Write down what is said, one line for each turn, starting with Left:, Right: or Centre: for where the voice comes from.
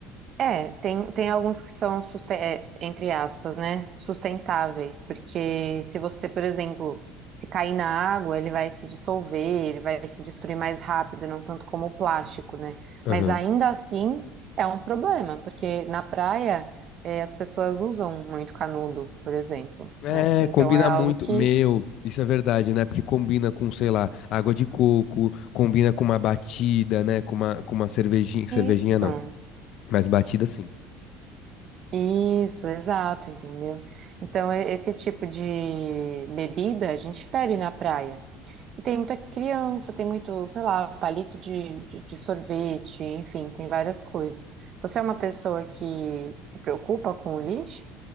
Right: É, tem, tem alguns que são, suste- é, entre aspas, né, sustentáveis, porque se você, por exemplo, se cair na água, ele vai se dissolver, ele vai se destruir mais rápido, não tanto como o plástico, né?
Left: Aham.
Right: Mas ainda assim é um problema, porque na praia, é, as pessoas usam muito canudo, por exemplo,
Left: É,
Right: né? Então
Left: combina
Right: é algo
Left: muito.
Right: que.
Left: Meu, isso é verdade, né? Porque combina com, sei lá, água de coco, combina com uma batida, né? Com uma, com uma cervejinha. Cervejinha
Right: Isso,
Left: não, mas batida sim.
Right: isso, exato, entendeu? Então, e- esse tipo de bebida a gente bebe na praia. E tem muita criança, tem muito, sei lá, palito de, de, de sorvete, enfim, tem várias coisas. Você é uma pessoa que, que se preocupa com o lixo?